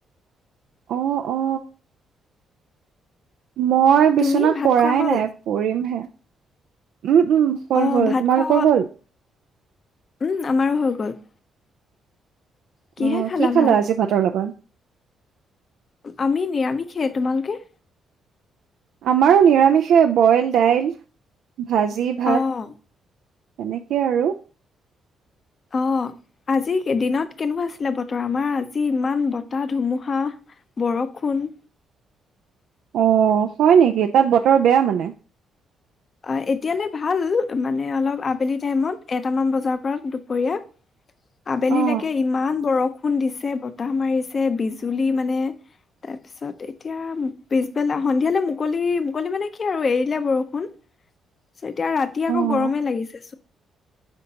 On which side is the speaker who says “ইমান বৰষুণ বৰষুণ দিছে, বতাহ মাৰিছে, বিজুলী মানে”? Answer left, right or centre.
Left